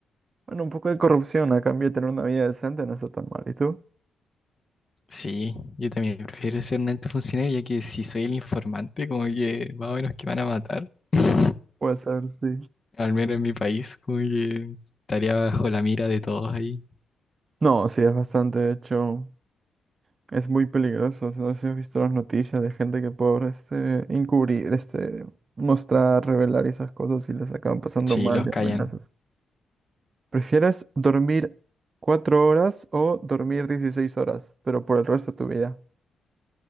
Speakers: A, on the right; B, on the left.
A: bueno, un poco de corrupción a cambio de tener una vida decente no está tan mal. ¿Y tú?
B: Sí, yo también prefiero ser un alto funcionario ya que si soy el informante, como que más o menos que van a matar. <laughs>
A: Puede ser, sí.
B: Al menos en mi país, como que estaría bajo la mira de todos ahí.
A: No, sí, es bastante, de hecho, es muy peligroso. No sé si has visto las noticias de gente que por este encubrir, este mostrar, revelar esas cosas y les acaban pasando
B: Sí,
A: mal
B: los
A: de
B: callan.
A: amenazas. ¿Prefieres dormir 4 horas o dormir 16 horas, pero por el resto de tu vida?